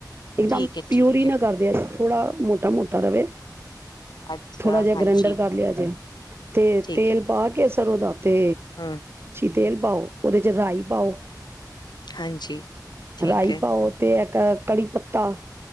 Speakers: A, on the right; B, on the left.
A: ਇੱਕਦਮ
B: ਠੀਕ ਹੈ,
A: ਪਿਓਹੀ
B: ਠੀਕ ਹੈ,
A: ਨਾ ਕਰਦਿਆ ਜੇ। ਥੋੜਾ ਮੋਟਾ-ਮੋਟਾ ਰਵੇ
B: ਅੱਛਾ
A: ਥੋੜਾ ਜਿਹਾ
B: ਹਾਂਜੀ
A: ਗ੍ਰੈਂਡਰ ਕਰ ਲਿਆ ਜੇ ਤੇ
B: ਠੀਕ
A: ਤੇਲ
B: ਹੈ,
A: ਪਾ ਕੇ ਸਰੋ ਦਾ ਤੇ
B: ਹੂੰ
A: ਤੇਲ ਪਾਓ ਉਹਦੇ ਚ ਰਾਈ ਪਾਓ
B: ਹਾਂਜੀ ਠੀਕ
A: ਰਾਈ
B: ਹੈ,
A: ਪਾਓ ਤੇ ਕ ਕੜੀ ਪੱਤਾ